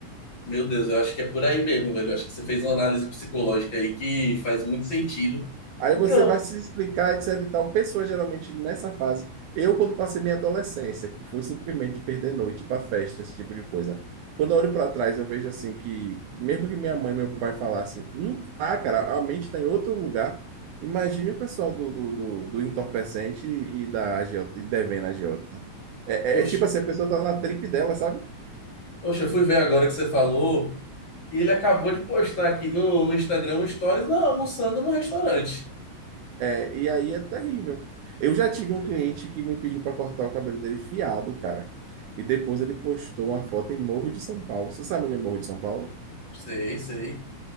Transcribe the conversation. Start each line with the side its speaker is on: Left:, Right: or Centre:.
Left: Meu Deus, eu acho que é por aí mesmo, velho. Eu acho que você fez uma análise psicológica aí que faz muito sentido.
Right: Aí
Left: Porque,
Right: você
Left: ó,
Right: vai se explicar, etc e tal. Pessoas geralmente nessa fase. Eu, quando passei minha adolescência, que foi simplesmente perder noite para festa, esse tipo de coisa. Quando eu olho para trás, eu vejo assim que, mesmo que minha mãe e meu pai falassem, não tá, cara, a mente está em outro lugar. Imagine o pessoal do, do, do, do entorpecente e da agiota, e devendo a agiota. É,
Left: poxa.
Right: é, é tipo assim, a pessoa tá na trip dela, sabe?
Left: Poxa, eu fui ver agora que você falou e ele acabou de postar aqui no, no Instagram um stories, não, almoçando no restaurante.
Right: É, e aí é terrível. Eu já tive um cliente que me pediu para cortar o cabelo dele fiado, cara. E depois ele postou uma foto em Morro de São Paulo. Você sabe onde é Morro de São Paulo?
Left: Sei, sei.